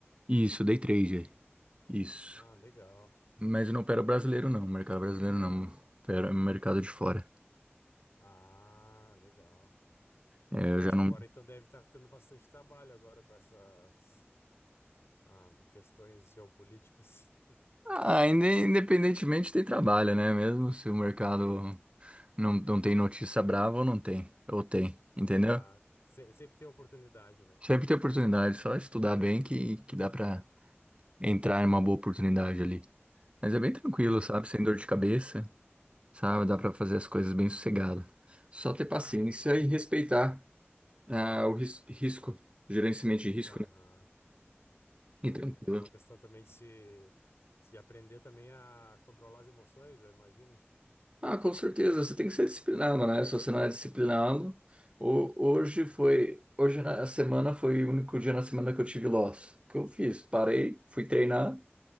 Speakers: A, on the right; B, on the left.
A: Isso, day trade. Isso.
B: Ah, legal.
A: Mas eu não opero brasileiro, não. Mercado brasileiro, não. Opero mercado de fora.
B: Ah, legal.
A: É, eu
B: Poxa,
A: já não.
B: agora então deve estar tendo bastante trabalho agora com essas ahn, questões geopolíticas.
A: Ah, inde- independentemente tem trabalho, né? Mesmo se o mercado
B: <laughs> Sim,
A: não, não tem notícia brava ou não tem. Ou tem, entendeu?
B: claro. Se- sempre tem oportunidade, né?
A: Sempre tem oportunidade. Só estudar bem que, que dá pra entrar em uma boa oportunidade ali. Mas é bem tranquilo,
B: Aquele...
A: sabe? Sem dor de cabeça, sabe? Dá pra fazer as coisas bem sossegado. Só ter paciência e respeitar ah, o ris- risco, gerenciamento de risco,
B: Aham,
A: né?
B: aham.
A: E tranquilo.
B: É uma questão também de se, de aprender também a controlar as emoções, eu imagino.
A: Ah, com certeza, você tem que ser disciplinado, né? Se você não é disciplinado, ho- hoje
B: Hum.
A: foi, hoje na semana foi o único dia na semana que eu tive loss. O que eu fiz? Parei, fui treinar,